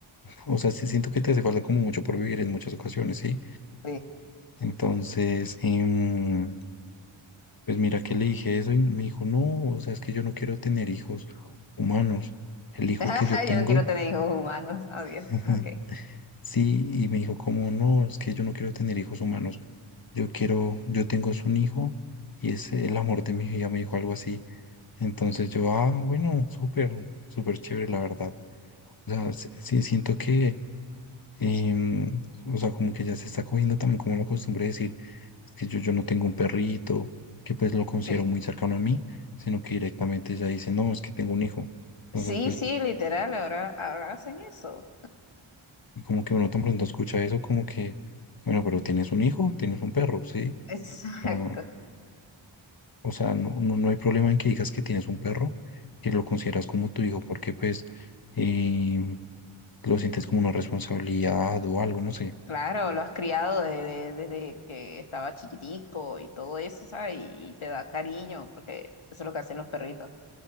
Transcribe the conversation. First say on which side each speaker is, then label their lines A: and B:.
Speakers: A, on the left; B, on the left.
A: o sea, sí siento que te hace falta como mucho por vivir en muchas ocasiones, ¿sí?
B: sí.
A: Entonces, em, Pues mira que le dije eso y me dijo, no, o sea, es que yo no quiero tener hijos humanos. El hijo
B: <laughs>
A: que yo tengo,
B: Yo no quiero tener hijos humanos. Adiós.
A: <laughs>
B: Ok.
A: sí, y me dijo, como no, es que yo no quiero tener hijos humanos. Yo quiero, yo tengo es un hijo y es el amor de mi vida, me dijo algo así. Entonces yo, ah, bueno, súper, súper chévere, la verdad. O sea, sí, sí siento que Em, o sea, como que ya se está cogiendo también como la costumbre de decir "Es que yo, yo no tengo un perrito, que pues lo considero
B: Sí.
A: muy cercano a mí, sino que directamente ya dice, no, es que tengo un hijo. Entonces,
B: Sí,
A: pues,
B: sí,
A: como-
B: literal, ahora, ahora hacen eso.
A: y como que uno tan pronto escucha eso, como que, bueno, pero tienes un hijo, tienes un perro, ¿sí?
B: <laughs> Exacto.
A: O sea, o sea, no, no, no hay problema en que digas que tienes un perro y lo consideras como tu hijo, porque pues em, lo sientes como una responsabilidad o algo, no sé.
B: Claro, lo has criado de- de- desde que estaba chiquitico y todo eso, ¿sabes? Y, te da cariño, porque eso es lo que hacen los perritos.